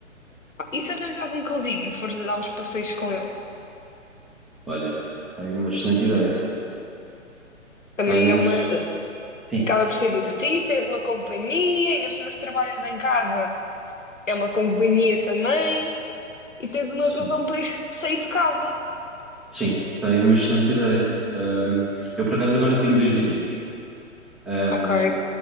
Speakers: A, on the left; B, in the centre.
A: E se arranjar algum caldinho e for dar uns passeios com ele?
B: Olha, está aí uma excelente ideia.
A: Também
B: Está aí umas.
A: é uma.
B: Sim,
A: Acaba por ser divertido, tens uma companhia, ainda por cima se trabalhas em casa, é uma companhia também, e tens uma
B: sim,
A: razão para ir <laughs> sair de casa.
B: sim, está aí uma excelente ideia. Ahm, eu por acaso agora tenho dois gatinhos, Ahm,
A: Ok,